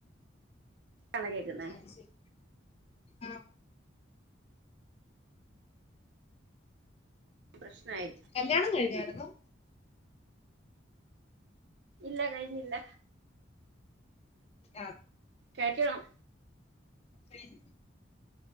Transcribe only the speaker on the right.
ണോ കേക്കുന്നേ
പ്രശ്നായി
ഇല്ല കഴിഞ്ഞില്ല
കേക്ക ഹം